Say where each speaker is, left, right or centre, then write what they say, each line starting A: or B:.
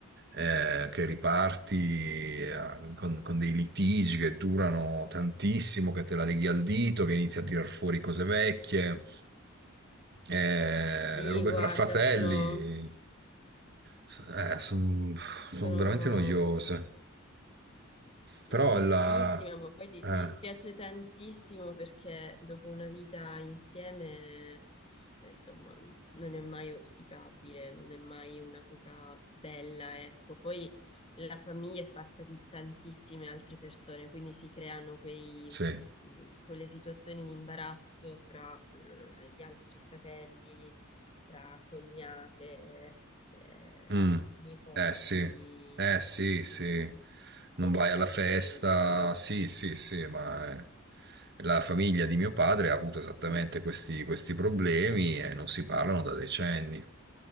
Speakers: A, on the right; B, on the left.
A: eh, che riparti eh, con, con dei litigi che durano tantissimo, che te la leghi al dito, che inizi a tirar fuori cose vecchie, eh,
B: Sì,
A: le robe
B: guarda,
A: tra fratelli,
B: sono,
A: sono
B: sono
A: veramente noiose. Però
B: noiosissima,
A: la...
B: ma poi di-
A: eh,
B: dispiace tantissimo perché dopo una vita insieme, eh, insomma, non è mai auspicabile, non è mai una cosa bella, ecco. Poi la famiglia è fatta di tantissime altre persone, quindi si creano quei,
A: sì.
B: mh, quelle situazioni di imbarazzo tra, eh, gli altri fratelli, tra cognate, eh,
A: Mm.
B: nipoti.
A: Eh sì, eh sì, sì,
B: Mm.
A: non
B: Non
A: vai
B: è mai
A: alla festa,
B: bello.
A: sì, sì, sì, ma eh, la famiglia di mio padre ha avuto esattamente
B: Mm.
A: questi, questi problemi e non si parlano da decenni.